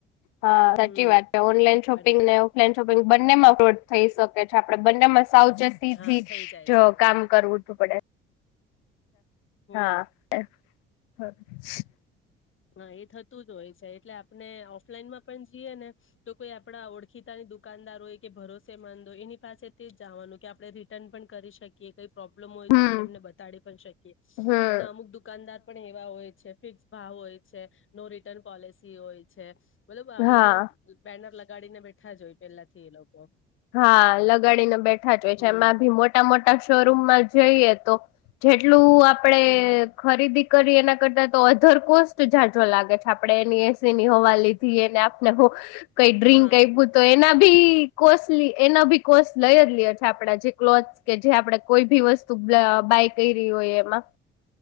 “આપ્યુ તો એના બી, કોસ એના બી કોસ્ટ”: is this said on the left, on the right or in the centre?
Left